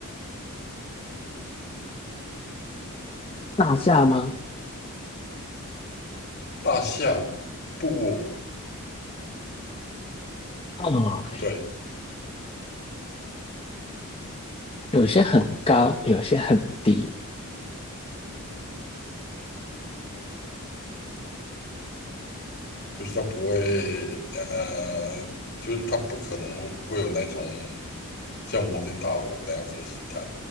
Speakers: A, on the left (about 25°); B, on the left (about 50°).
A: 大厦吗？
B: 大厦不
A: 哦，
B: 不对，
A: 有些很高，有些很低。
B: 就是它不会，呃，就是它不可能会有那种像摩天大楼那样子的形态。